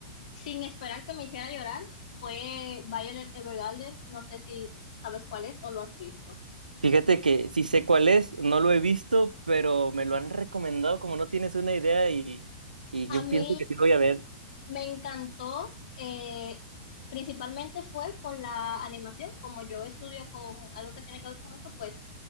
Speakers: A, on the left; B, on the right.
A: sin esperar que me hiciera llorar fue Violet Evergarden, no sé si sabes cuál es o lo has visto.
B: Fíjate que sí sé cuál es, no lo he visto, pero me lo han recomendado como no tienes una idea y, y
A: A
B: yo
A: mí
B: pienso que sí lo voy a ver.
A: Me encantó, eh, principalmente fue por la animación, como yo estudio con algo que tiene que ver con eso, pues